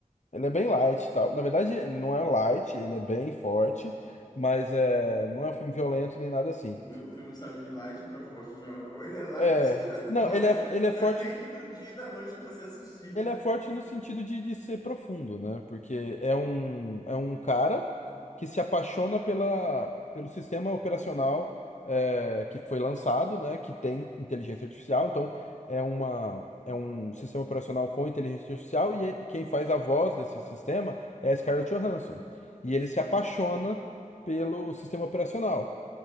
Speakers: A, on the left (about 60°); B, on the left (about 30°).
A: ele é bem light, e tal. Na verdade, ele não
B: Sim.
A: é light, ele é bem forte, mas é, não é um filme violento nem nada assim.
B: O, fi- o filme saiu de light para forte de uma hora para outra. Ele é light
A: É,
B: <laughs> ou ele é
A: não,
B: forte?
A: ele é, ele é
B: Depende
A: forte
B: do dia e da noite que você assistir.
A: Ele é forte no sentido de, de ser profundo, né? Porque é um, é um cara que se apaixona pela, pelo sistema operacional é, que foi lançado, né? Que tem inteligência artificial. Então, é uma, é um sistema operacional com inteligência artificial e é- quem faz a voz desse sistema é a Scarlett Johansson. E ele
B: Sim.
A: se apaixona pelo sistema operacional.